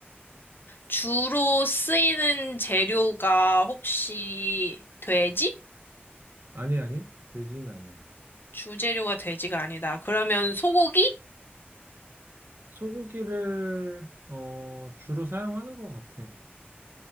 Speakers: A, on the left; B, on the right.
A: 주로 쓰이는 재료가 혹시 돼지?
B: 아니, 아니. 돼지는 아니야.
A: 주재료가 돼지가 아니다. 그러면 소고기?
B: 소고기를 어, 주로 사용하는 거 같아.